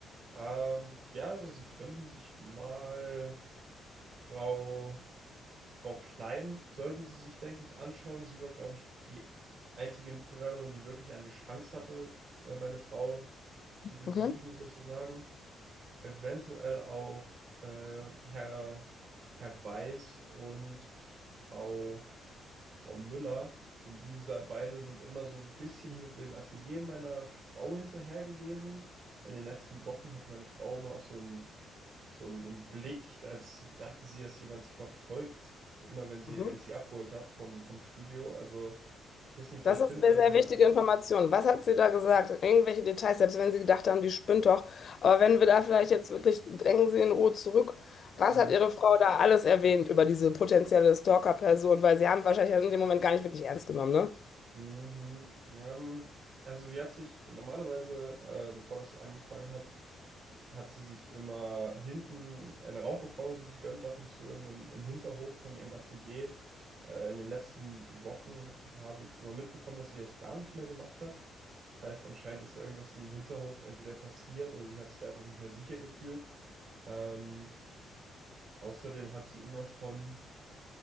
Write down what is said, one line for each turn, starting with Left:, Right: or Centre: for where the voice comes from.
Right: ähm, ja, also Sie könnten sich mal Frau Frau Klein sollten Sie sich, denke ich, anschauen. Sie war, glaube ich, die einzige Mitbewerberin, die wirklich eine Chance hatte, äh, meine Frau zu besiegen,
Left: Okay.
Right: sozusagen. Eventuell auch äh, Herr, Herr Weiß und Frau, Frau Müller, denn diese beide sind immer so ein bisschen mit dem Atelier meiner Frau hinterher gewesen. In den letzten Wochen hatte meine Frau mal auch so ein so ein, so ein Blick, als dachte sie, dass jemand sie verfolgt, immer wenn sie,
Left: Mhm.
Right: wenn ich sie abgeholt habe vom, vom Studio. Also, ich weiß nicht, vielleicht
Left: Das ist
Right: finden
Left: eine
Right: sie ja
Left: sehr
Right: noch jemand
Left: wichtige
Right: anderen.
Left: Information. Was hat sie da gesagt? Irgendwelche Details, selbst wenn Sie gedacht haben, die spinnt doch. Aber wenn wir da vielleicht jetzt wirklich, denken Sie in Ruhe zurück, was
Right: Hm.
Left: hat Ihre Frau da alles erwähnt über diese potenzielle Stalker-Person? Weil Sie haben wahrscheinlich in dem Moment gar nicht wirklich ernst genommen, ne?
Right: Mhm. Ähm, also sie hat sich normalerweise, äh, bevor das so angefangen hat, hat sie sich immer hinten eine Raucherpause gegönnt, ab und zu in dem, im Hinterhof von ihrem Atelier. Äh, in den letzten Wochen habe ich immer mitbekommen, dass sie das gar nicht mehr gemacht hat. Das heißt, anscheinend ist da irgendwas in dem Hinterhof entweder passiert oder sie hat sich da einfach nicht mehr sicher gefühlt. Ähm, außerdem hat sie immer von